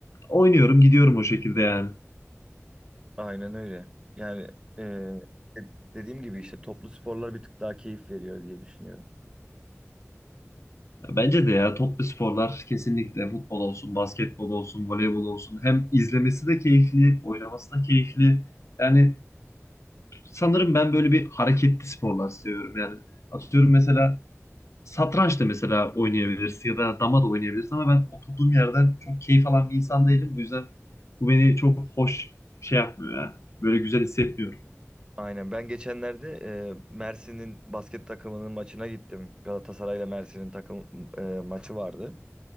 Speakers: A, on the left (about 65°); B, on the right (about 20°).
A: Oynuyorum gidiyorum o şekilde yani.
B: Aynen öyle. Yani e, de- dediğim gibi işte toplu sporlar bir tık daha keyif veriyor diye düşünüyorum.
A: Ya Bence de ya toplu sporlar kesinlikle futbol olsun, basketbol olsun, voleybol olsun hem izlemesi de keyifli, oynaması da keyifli. Yani sanırım ben böyle bir hareketli sporlar seviyorum. Yani atıyorum mesela satranç da mesela oynayabilirsin ya da dama da oynayabilirsin ama ben oturduğum yerden çok keyif alan bir insan değilim. Bu yüzden bu beni çok hoş şey yapmıyor ya. Böyle güzel hissetmiyorum.
B: Aynen ben geçenlerde e, Mersin'in basket takımının maçına gittim. Galatasaray'la Mersin'in takım e, maçı vardı.